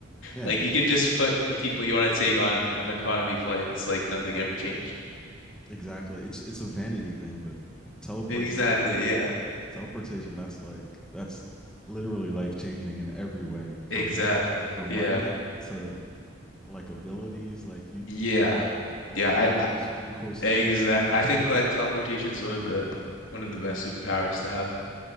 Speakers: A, in the centre; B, on the left.
A: Yeah,
B: Like you can just put the people you want to take on an economy flight. It's like nothing ever changed.
A: exactly. It's it's a vanity thing, but teleportation,
B: Exactly, yeah.
A: teleportation. That's like that's literally life changing in every way. From
B: Exactly.
A: money, from
B: Yeah.
A: money to like abilities. Like you,
B: Yeah.
A: like
B: Yeah,
A: you'd
B: I,
A: be able to
B: I
A: do so many cool stuff.
B: Exactly. I think like teleportation is one of the one of the best superpowers to have.